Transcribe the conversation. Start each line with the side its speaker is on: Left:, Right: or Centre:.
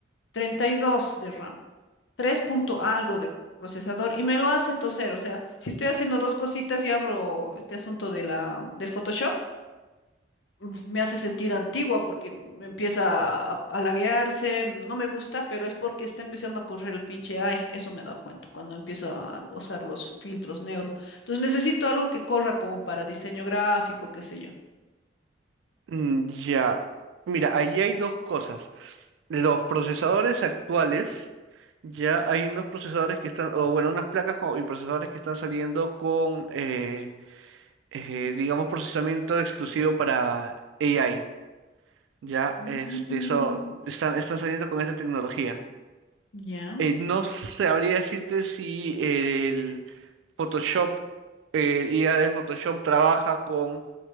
Left: 32 de RAM tres punto algo de procesador y me lo hace toser. O sea, si estoy haciendo dos cositas y abro este asunto de la, de Photoshop, uf, me hace sentir antigua porque me empieza a, a laguearse, no me gusta, pero es porque está empezando a correr el pinche AI. Eso me he dado cuenta cuando empiezo a usar los filtros neuro. Entonces necesito algo que corra como para diseño gráfico, qué sé yo.
Right: Mm, ya, mira, ahí hay dos cosas. Los procesadores actuales, ya hay unos procesadores que están, o bueno, unas placas co- y procesadores que están saliendo con, eh, eh, digamos, procesamiento exclusivo para AI. Ya,
Left: Mm,
Right: este, eso, están, están saliendo con esa tecnología.
Left: Ya.
Right: Eh, no sabría decirte si el Photoshop, el IA del Photoshop trabaja con,